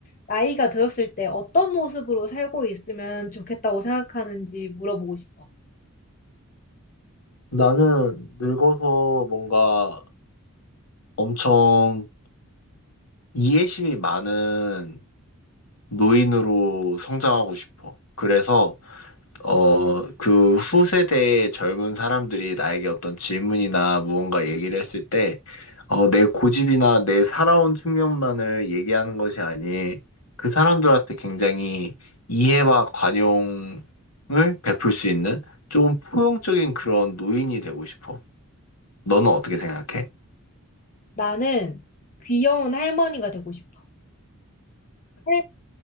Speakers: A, on the left (about 35°); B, on the left (about 80°).
A: 나이가 들었을 때 어떤 모습으로 살고 있으면 좋겠다고 생각하는지 물어보고 싶어.
B: 나는 늙어서 뭔가 엄청 이해심이 많은 노인으로 성장하고 싶어. 그래서 어, 그 후세대의 젊은 사람들이 나에게 어떤 질문이나 무언가 얘기를 했을 때 어, 내 고집이나 내 살아온 측면만을 얘기하는 것이 아닌 그 사람들한테 굉장히 이해와 관용을 베풀 수 있는 조금 포용적인 그런 노인이 되고 싶어. 너는 어떻게 생각해?
A: 나는 귀여운 할머니가 되고 싶어. 할-